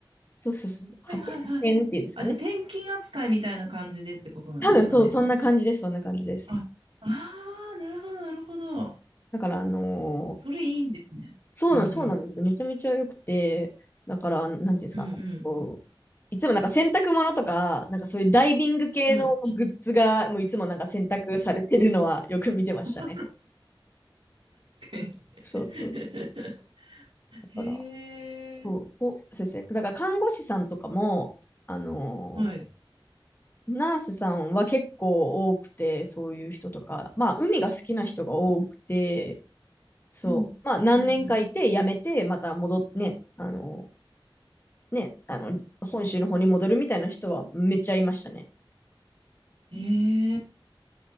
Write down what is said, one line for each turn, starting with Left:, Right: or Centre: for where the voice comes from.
Left: そうそうそう、
Right: ー、はいはいはい。
Left: 派遣っていうんですかね。
Right: あ、じゃあ転勤扱いみたいな感じでってことなんですかね。
Left: 多分そう、そんな感じです、そんな感じです。
Right: あ、ああ、なるほど、なるほど。
Left: だから、あのー
Right: それいいですね。
Left: そうなん、
Right: うんうん。
Left: そうなんですよ。めちゃめちゃ良くて、だから、なんていうんですか、
Right: うん
Left: こう、いつもなんか洗濯物とか、なんかそういうダイビング系のグッズが、
Right: うん。はい。
Left: もういつもなんか洗濯されてるのはよく見てましたね。
Right: <laughs> 確か
Left: <laughs>
Right: に。
Left: そうそう。
Right: <laughs> へえ。
Left: だから、こう、こうそうですね。だから看護師さんとかも、あのー
Right: はい。
Left: ナースさんは結構多くて、そういう人とか、まあ、海が好きな人が多くて、
Right: うん。
Left: そう、
Right: うんうん
Left: まあ、何年かいて、辞めて、また戻ってね、あのーね、あの、本州の方に戻るみたいな人はめっちゃいましたね。
Right: うん。へえ、